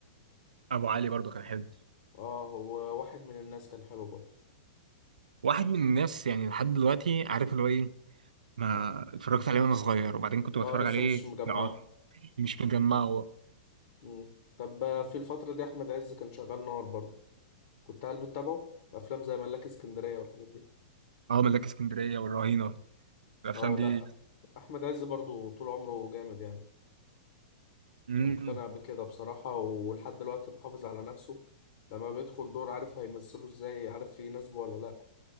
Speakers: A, on the right; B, on the left.
A: ابو علي برضو كان حلو
B: اه هو واحد من الناس كان حلو برضه
A: واحد من الناس يعني لحد دلوقتي عارف اللي هو ايه ما اتفرجت عليه وانا صغير وبعدين كنت بتفرج
B: اه لسه
A: عليه
B: مش مجمعه
A: يعني مش مجمع
B: مم. طب آه، في الفترة دي أحمد عز كان شغال نار برضه كنت هل بتتابعه أفلام زي ملاك اسكندرية والحاجات دي
A: اه ملاك اسكندريه والرهينه الافلام
B: اه
A: دي
B: لأ أحمد عز برضه طول عمره جامد يعني
A: امم
B: يعني مقتنع بكده بصراحة ولحد دلوقتي محافظ على نفسه لما بيدخل دور عارف هيمثله ازاي عارف يناسبه ولا لأ